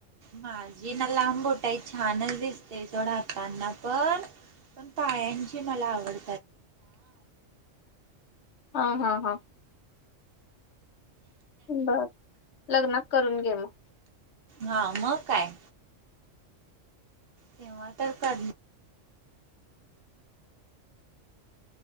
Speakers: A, on the right (about 55°); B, on the left (about 65°).
A: माझी ना लांबबोटाई छानच दिस ते थोड हाताना पण पण पायांची मला आवड
B: हा हा हा. बर लग्नात करून घे मग.
A: हा म काय. तेव्हा तर कर